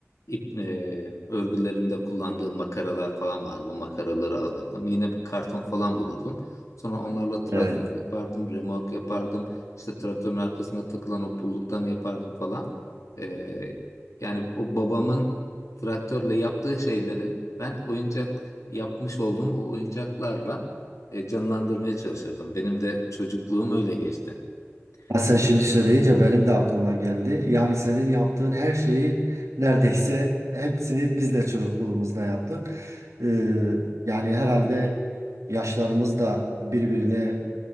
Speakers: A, on the left; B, on the right.
A: ip e, örgülerinde kullandığı makaralar falan vardı. O makaraları alırdım. Yine bir karton falan bulurdum. Sonra onlarla traktör
B: Evet.
A: yapardım, remork yapardım. İşte traktörün arkasına takılan o pulluktan yapardım falan. Ee, yani o babamın traktörle yaptığı şeyleri ben oyuncak yapmış olduğum o oyuncaklarla e, canlandırmaya çalışırdım. Benim de çocukluğum öyle geçti.
B: Ya sen
A: Ama
B: şimdi söyleyince benim de aklıma geldi. Yani senin yaptığın her şeyi neredeyse hepsini biz de çocukluğumuzda yaptık. Ee, yani herhalde yaşlarımız da birbirine